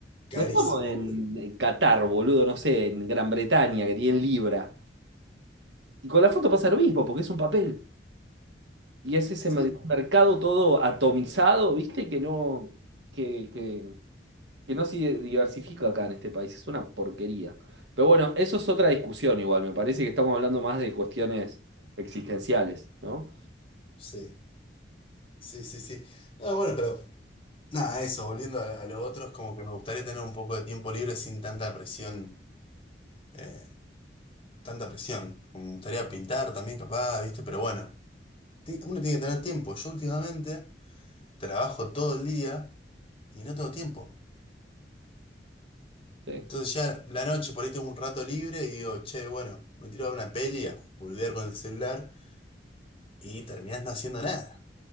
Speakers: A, on the left; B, on the right.
A: Carísimo,
B: No estamos en
A: boludo.
B: Qatar, boludo, no sé, en Gran Bretaña, que tienen libra. Y con la foto pasa lo mismo, porque es un papel. Y es ese
A: Sí,
B: mer- mercado todo atomizado, ¿viste? Que no, que, que, que no se diversifica acá en este país. Es una porquería. Pero bueno, eso es otra discusión igual. Me parece que estamos hablando más de cuestiones existenciales, ¿no?
A: sí, sí, sí, sí. No, bueno, pero nada, eso, volviendo a, a lo otro, es como que me gustaría tener un poco de tiempo libre sin tanta presión, eh, tanta presión. Me gustaría pintar también, capaz, ¿viste? Pero bueno, ti- uno tiene que tener tiempo. Yo últimamente trabajo todo el día y no tengo tiempo.
B: Sí.
A: Entonces ya la noche, por ahí tengo un rato libre y digo, che, bueno, me tiro a ver una peli, a boludear con el celular y terminás no haciendo nada,